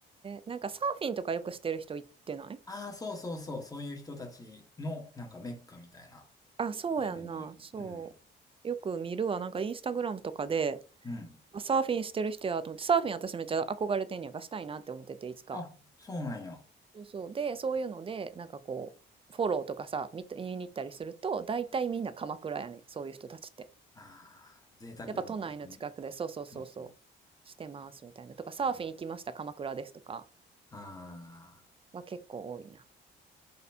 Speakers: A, on the right; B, on the left.
A: なんかサーフィンとかよくしてる人行ってない
B: ああ、そうそうそう、そういう人たちの、なんかメッカみたいな、
A: あ、そうやんな、
B: 家でもある。
A: そう。
B: うん。
A: よく見るわ、なんかインスタグラムとかで、
B: うん。
A: あサーフィンしてる人やと思って、サーフィン私めっちゃ憧れてんねやがしたいなって思ってて、いつか。
B: あ、そうなんや。
A: そうそう。で、そういうので、なんかこう、フォローとかさ、見た、見に行ったりすると、大体みんな鎌倉やねん、そういう人たちって。
B: ああ、贅沢に時間を、
A: やっぱ都内の近くで、そうそうそうそう、
B: そうそ
A: してますみたいな。とか、サーフィン行きました、
B: う。うん、
A: 鎌倉ですとか。
B: ああ、
A: は結構多いな。